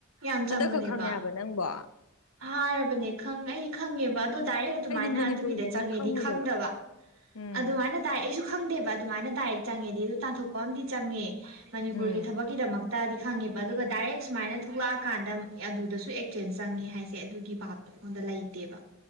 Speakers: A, on the right; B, on the left.
A: ꯌꯥꯝ ꯆꯪꯕꯅꯦꯕ
B: ꯍꯟꯗꯛ ꯈꯛ ꯈꯪꯉꯦ ꯍꯥꯏꯕ ꯅꯪꯕꯣ
A: ꯍꯥꯏꯔꯕꯅꯦ ꯈꯪ ꯑꯩ ꯈꯪꯉꯦꯕ ꯑꯗꯣ ꯗꯥꯏꯔꯦꯛ ꯑꯗꯨꯃꯥꯏꯅ
B: ꯑꯩꯗꯤ ꯃꯅꯤꯄꯨꯔꯒꯤꯗꯤ
A: ꯑꯗꯨꯒꯤꯗ ꯆꯪꯉꯦꯗꯤ
B: ꯈꯪꯉꯨꯗꯕ
A: ꯈꯪꯗꯕ
B: ꯎꯝ
A: ꯑꯗꯨꯃꯥꯏꯅ ꯑꯩꯁꯨ ꯈꯪꯗꯦꯕ ꯑꯗꯨꯃꯥꯏꯅ ꯗꯥꯏꯔꯦꯛ ꯆꯪꯉꯦꯗꯤ ꯑꯗꯨ ꯇꯥꯟꯊꯣꯛꯄ ꯑꯃꯗꯤ ꯆꯪꯉꯦ ꯃꯅꯤꯄꯨꯔꯒꯤ
B: ꯎꯝ
A: ꯊꯕꯛꯀꯤꯗꯃꯛ ꯇꯗꯤ ꯈꯪꯉꯦꯕ ꯑꯗꯨꯒ ꯗꯥꯏꯔꯦꯛ ꯁꯨꯃꯥꯏꯅ ꯊꯣꯛꯂꯛꯑꯀꯥꯟꯗ ꯑꯗꯨꯗꯁꯨ ꯑꯦꯛꯆꯦꯟꯖ ꯆꯪꯉꯦ ꯍꯥꯏꯁꯦ ꯑꯗꯨꯒꯤ ꯕꯥꯞ ꯑꯣꯟꯗ ꯂꯩꯇꯦꯕ